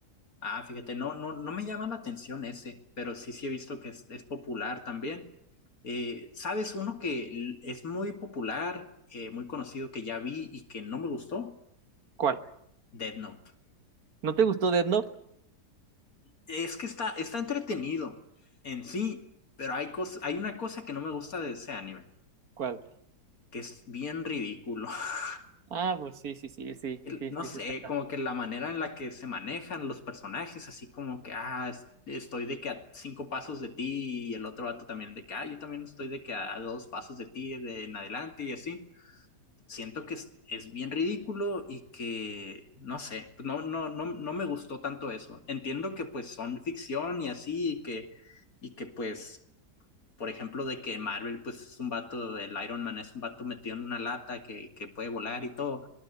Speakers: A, on the left; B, on the right.
A: Ah, fíjate, no, no, no me llama la atención ese, pero sí, sí he visto que es, es popular también. Eh, ¿sabes? Uno que l- es muy popular, eh, muy conocido, que ya vi y que no me gustó,
B: ¿Cuál?
A: Dead Note.
B: ¿No te gustó Death Note?
A: es que está, está entretenido en sí, pero hay, cos- hay una cosa que no me gusta de ese anime,
B: ¿Cuál?
A: que es bien ridículo. <laughs>
B: Ah, pues sí, sí, sí, sí,
A: El-
B: sí,
A: No
B: sí,
A: sé,
B: sí. está-
A: como que la manera en la que se manejan los personajes, así como que, ah, estoy de que a cinco pasos de ti y el otro vato también de que, ah, yo también estoy de que a dos pasos de ti de en adelante y así. Siento que es, es bien ridículo y que, no sé, pues no, no, no, no me gustó tanto eso. Entiendo que pues son ficción y así y que, y que pues por ejemplo, de que Marvel, pues es un vato, el Iron Man es un vato metido en una lata que, que puede volar y todo,